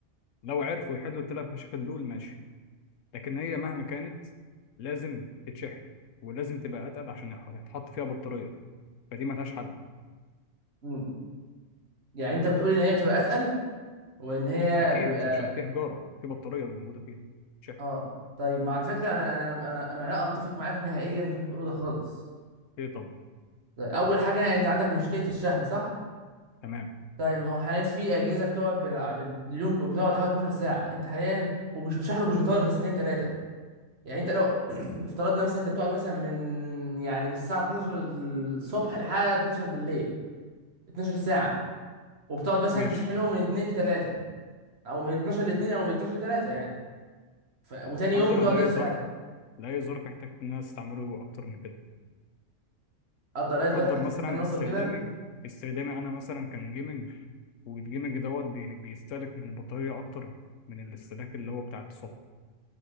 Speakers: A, on the left (about 85°); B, on the right (about 55°).
A: لو عرفوا يحلوا الثلاث مشاكل دول ماشي لكن هي مهما كانت لازم تتشحن ولازم تبقى اتقل عشان يح- يتحط فيها بطاريه فدي ما لهاش حل
B: امم يعني انت بتقول ان هي بتبقى اسهل وان هي
A: اكيد
B: بيبقى
A: عشان في حجاره في بطاريه موجوده فيها تشحن
B: اه طيب ما على فكره انا انا انا انا لا اتفق معاك نهائيا في اللي أنت بتقوله ده خالص
A: ايه طب
B: طيب، اول حاجه انت عندك مشكله الشحن صح
A: تمام
B: طيب ما هو حاليا في اجهزه بتقعد بال- باليوم كو- بتقعد حوالي 12 ساعه انت حاليا ومش بشحن ومش بيطول غير ساعتين ثلاثه يعني انت لو <clears throat> افترضنا مثلا انت بتقعد مثلا من يعني من الساعه 12 الصبح لحد 12 بالليل 12 ساعه وبتقعد مثلا
A: ماشي
B: تشحنه من 2 ل 3 او من 12 ل 2 او من 12 ل 3 يعني ف... وتاني
A: قدر
B: يوم بتقعد
A: لاي
B: نفس
A: ظرف
B: القعده
A: لاي ظرف احتجت ان انا استعمله اكتر من كده
B: افضل قاعد
A: قدر
B: بقى تحتاج
A: مثلا
B: تستعمل اكتر
A: استخدامي
B: كده
A: استخدامي انا مثلا كان جيمنج والجيمنج دوت بي- بيستهلك من البطاريه اكتر من الاستهلاك اللي هو بتاع الصفر